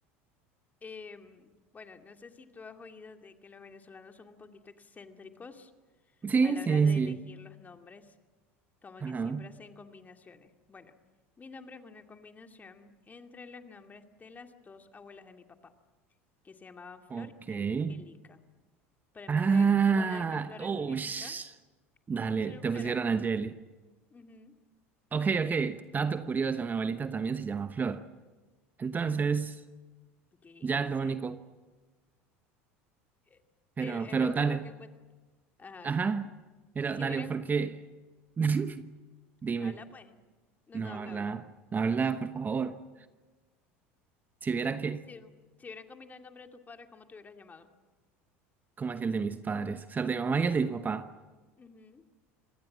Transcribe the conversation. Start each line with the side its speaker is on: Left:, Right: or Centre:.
Left: Em, bueno, no sé si tú has oído de que los venezolanos son un poquito excéntricos
Right: Sí,
Left: a la
Right: sí,
Left: hora de
Right: sí.
Left: elegir los nombres, como
Right: Ajá,
Left: que siempre hacen combinaciones. Bueno, mi nombre es una combinación entre los nombres de las dos abuelas de mi papá, que se llamaban Flor
Right: ok.
Left: y Angélica. Pero en
Right: Ah,
Left: vez de ponerme Flor
Right: ush.
Left: Angélica,
Right: Dale,
Left: Sería
Right: te
Left: un Flor
Right: pusieron
Left: Angeli.
Right: Angeli.
Left: Ujú.
Right: Ok, ok, dato curioso, mi abuelita también se llama Flor. Entonces,
Left: Ok,
Right: ya es
Left: sí.
Right: lo único,
Left: Eh,
Right: pero,
Left: él es
Right: pero
Left: lo
Right: dale.
Left: único que encuentro. Ajá.
Right: Ajá. Pero
Left: Si
Right: dale,
Left: hubieran.
Right: ¿por qué? <laughs> Dime.
Left: Habla, pues. No,
Right: No,
Left: no, habla,
Right: habla,
Left: habla.
Right: no habla, por favor. Si viera que,
Left: Si, si hubieran combinado el nombre de tus padres, ¿cómo te hubieras llamado?
Right: como hacía el de mis padres, o sea, el de mi mamá y el de mi papá.
Left: Ujú.